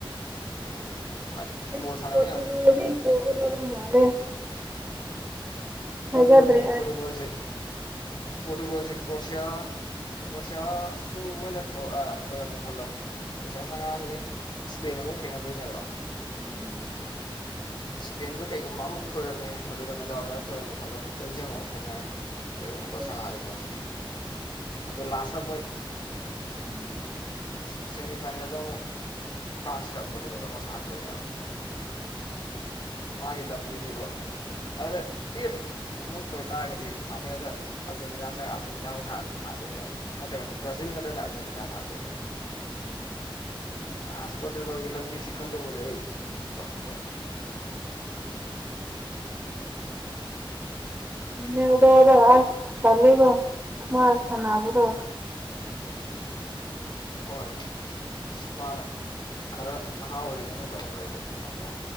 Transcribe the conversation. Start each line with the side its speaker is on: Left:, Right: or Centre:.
Left: ꯎꯝ ꯍꯥꯏꯗꯤ
Right: ꯑ
Left: ꯕꯣꯜ ꯁꯥꯟꯅꯕ
Right: ꯄꯠꯇꯒꯗꯤ
Left: ꯌꯥꯝ
Right: ꯄꯒꯗꯕ ꯃꯥꯅꯦ ꯊꯥꯖꯗ꯭ꯔꯦ
Left: ꯑꯗꯨꯗꯅꯦ ꯄꯣꯣꯔꯇꯨꯒꯜꯁꯤꯦ
Right: ꯑꯩ
Left: ꯄꯣꯔꯇꯨꯒꯜꯁꯤꯦ ꯀ꯭ꯔꯣꯁꯌꯥ ꯀ꯭ꯔꯣꯁꯤꯌꯥꯁꯨ ꯃꯣꯏꯅ ꯊꯣꯏꯔꯝꯃꯦ ꯈꯜꯂꯣ ꯀꯣꯁꯤꯌꯥ ꯆꯥꯝꯃꯉꯥꯅꯤ ꯁꯄꯦꯟ ꯑꯃꯨꯛ ꯊꯦꯡꯅꯗꯣꯏꯅꯦꯕ
Right: ꯎꯝ
Left: ꯏꯁꯄꯦꯟꯗꯣ ꯀꯩꯒꯨꯝꯕ ꯑꯃꯨꯛ ꯊꯣꯏꯔꯝꯃꯦ ꯄꯣꯔꯇꯨꯒꯜ ꯗꯥꯏ ꯌꯥꯗ ꯊꯣꯏꯔꯝꯃꯦ ꯈꯜꯂꯣ ꯕꯦꯜꯖꯤꯌꯝ ꯑꯃꯨꯛ ꯊꯦꯡꯅꯔꯅꯤ ꯀꯩꯒꯨꯝꯕꯀꯣꯠ
Right: ꯎꯝ
Left: ꯁꯪꯉꯛꯑꯗꯦ ꯃꯣꯏꯁ ꯑꯗꯨꯗ ꯂꯥꯁꯇ ꯃꯣꯏ
Right: ꯎꯝ
Left: ꯁꯦꯃꯤꯐꯥꯏꯅꯦꯜꯗ ꯑꯃꯨꯛ ꯐ꯭ꯔꯥꯟꯁꯀ ꯄꯣꯔꯇꯨꯒꯜꯒ ꯑꯃꯨꯛ ꯁꯥꯟꯅꯗꯣꯏꯅꯦꯕ ꯃꯥꯒꯤ ꯂꯝꯕꯤꯁꯤꯀꯣ ꯑꯗ ꯏꯐ ꯑꯃꯨꯛ ꯊꯣꯏ ꯇꯥꯔꯒꯗꯤ ꯐꯥꯏꯅꯦꯜꯗ ꯑꯥꯔꯖꯦꯟꯇꯤꯅꯥ ꯆꯪ ꯑꯥꯔꯖꯦꯟꯇꯤꯅꯥꯨꯛ ꯁꯥꯟꯗꯣꯏꯅꯦꯕ ꯅꯠꯇ꯭ꯔꯒꯅ ꯕ꯭ꯔꯥꯖꯤꯜꯅ ꯅꯥ ꯁꯥꯝꯗ
Right: ꯎꯝ
Left: ꯑ ꯏꯁꯄꯇ ꯂꯕꯤꯁꯤ ꯈꯜꯂꯕꯖꯏ ꯀꯄꯨ
Right: <inaudible> ꯃꯅꯦꯗꯗ ꯑꯁ ꯀꯂ ꯃꯔ ꯁꯅꯥꯕ꯭ꯔꯣ
Left: ꯍꯣꯏ ꯑꯁ ꯃꯥꯅ ꯈꯔ ꯅꯍꯥ ꯑꯣꯏꯔꯤꯉꯩ ꯃꯇꯝ ꯑꯣꯏꯔꯗꯤ ꯅꯨꯡꯉꯥꯏꯗ